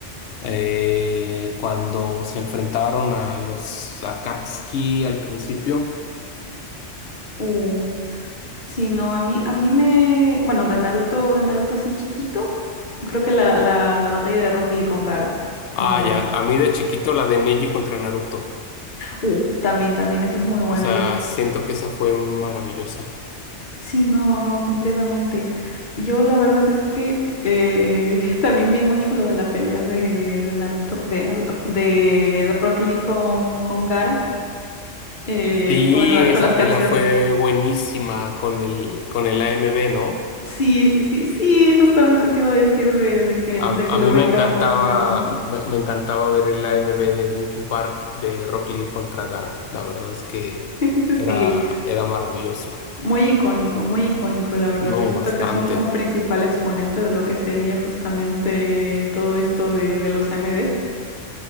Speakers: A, on the left; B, on the left.
A: Eh, cuando se enfrentaron a los Akatsuki al principio.
B: Uh, sí, no, a mí, a mí me, bueno, de Naruto, de Naruto así chiquito, creo que la, la, la batalla de Rock Lee con Gaara, muy
A: Ah,
B: buena.
A: ya. A mí de chiquito la de Neji contra Naruto.
B: Uh, también, también, esa es muy buena.
A: O sea,
B: Yo,
A: siento que esa fue maravillosa.
B: sí, no, no, completamente. Yo la verdad es que eh, <laughs> también vi mucho lo de la pelea de, de Naruto, de Naruto, de Rock Lee con, con Gaara, eh,
A: Sí,
B: con la,
A: esa
B: con las canciones.
A: pelea fue buenísima con el, con el AMB, ¿no?
B: Sí, sí, sí, sí, justamente te iba a decir de, de que, de
A: A, a
B: que lo
A: mí
B: ubicaba
A: me encantaba,
B: más por eso.
A: me, me encantaba ver el AMB de Linkin Park de Rock Lee contra Gara. La verdad es que
B: <laughs> Sí,
A: era, era maravilloso.
B: muy icónico, muy icónico, la verdad.
A: No,
B: Yo siento
A: bastante.
B: que es un, un principal exponente de lo que sería justamente todo esto de, de los A M AMVs.